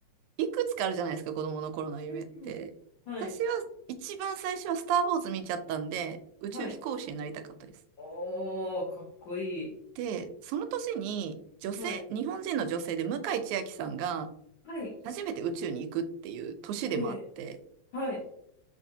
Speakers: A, on the right (about 85°); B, on the left (about 65°).
A: いくつかあるじゃないですか、子供の頃の夢って。
B: うんうん。はい。
A: 私は一番最初はスター・ウォーズ見ちゃったんで、宇宙飛行士になりたかったです。
B: はい。おー、かっこいい。
A: で、その年に女性、
B: はい。
A: 日本人の女性で向井千秋さんが
B: あ、はい。
A: 初めて宇宙に行くっていう年でもあって、
B: ええ。はい。